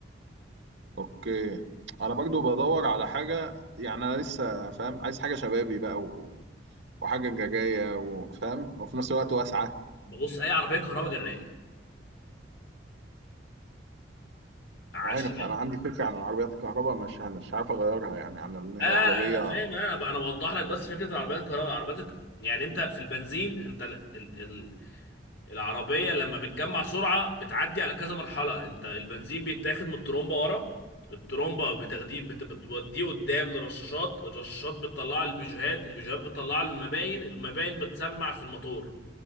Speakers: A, on the right; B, on the left.
A: اوكي انا برضو بدور على حاجه يعني انا لسه فاهم عايز حاجه شبابي بقى و... وحاجه جايه وفاهم وفي نفس الوقت واسعه
B: ببص اي عربيه كهرباء جرايه عشان
A: عارف انا عندي فكره عن العربيات الكهرباء مش مش عارف اغيرها يعني عن ان هي
B: انا
A: عربيه
B: انا فاهم انا انا بوضح لك بس فكره العربيات الكهرباء عربيات الك- يعني انت في البنزين انت ال... ال... العربية لما بتجمع سرعة بتعدي على كذا مرحلة انت البنزين بيتاخد من الترومبة ورا الترومبة بتاخديه بت- بتوديه قدام للرشاشات الرشاشات بتطلع البيجوهات البيجوهات بتطلع المباين المباين بتسمع في الموتور